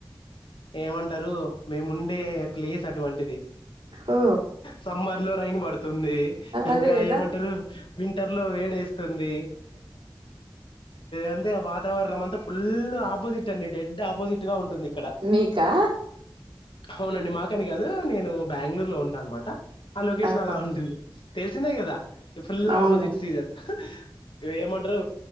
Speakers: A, on the left; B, on the right.
A: ఏమంటారు మేముండే ప్లేస్ అటువంటిది
B: ఓ
A: సమ్మర్ లో రైన్ పడుతుంది ఇంకా
B: అదే కదా
A: ఏమంటే వింటర్ లో వేడేస్త ంది అంటే వాతావరణంత ఫుల్ ఆపోజిట్ అండి డెడ్ ఆపోజిట్ గా ఉంటుంది. ఇక్కడ
B: మీకా
A: అవునండి మాకని కాదు, నేను బెంగళూరు లో ఉంటాను అనమాట. ఆ లొకేషన్
B: ఆహా
A: అలా ఉంటుంది. తెల్సిందే గదా ఈ ఫుల్
B: అవునులే
A: ఆపోజిట్ సీజన్ ఇవి ఏమంటరో